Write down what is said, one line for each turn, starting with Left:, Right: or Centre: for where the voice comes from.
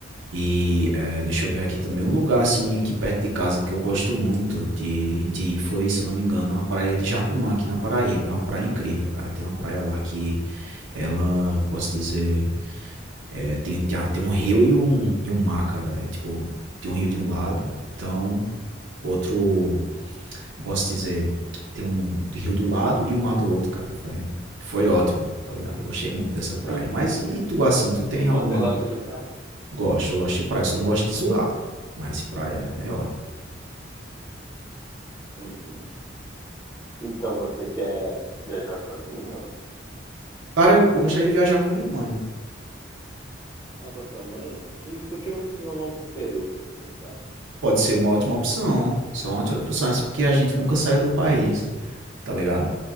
Right: E é, deixa eu ver aqui também, um lugar, assim, aqui perto de casa que eu gosto muito de, de ir foi, se eu não me engano, uma praia de Jacumã, aqui na Paraíba. É uma praia incrível, cara. Tem uma praia lá que ela, que eu posso dizer, é, tem, tem, a- tem um rio e um, e um mar, cara. É tipo, tem um rio de um lado, então outro eu posso dizer, tem um de rio de um lado e o mar do outro, cara. Foi, foi ótimo, tá ligado? Eu gostei muito dessa praia.
Left: O-
Right: Mas e tu, assim,
Left: o-
Right: tu tem alguma.
Left: Você gosta de praia?
Right: Gosto, eu gosto de praia, eu só não gosto de zoar, cara. Mas praia é ótimo.
Left: Uhum. Então você quer viajar sozinho?
Right: Cara, eu gostaria de viajar com minha mãe.
Left: Ah, com a sua mãe? E por que vocês não vão pro Peru? Quem sabe?
Right: Pode ser uma ótima opção. Só uma ótima opção, mas porque a gente nunca saiu do país, tá ligado?